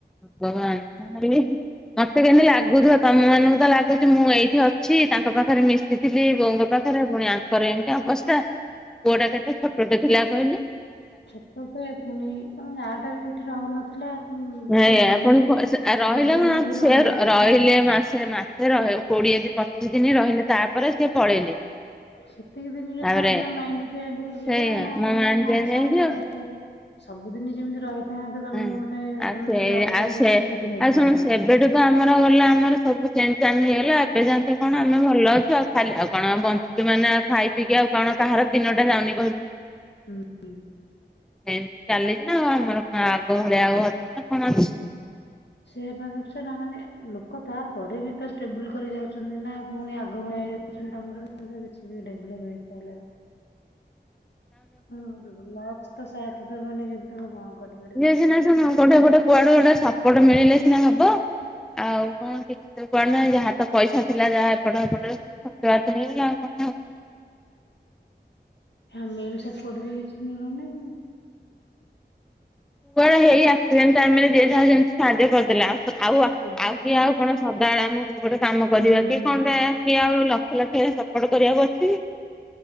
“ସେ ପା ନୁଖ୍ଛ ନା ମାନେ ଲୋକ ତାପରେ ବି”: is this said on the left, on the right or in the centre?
Left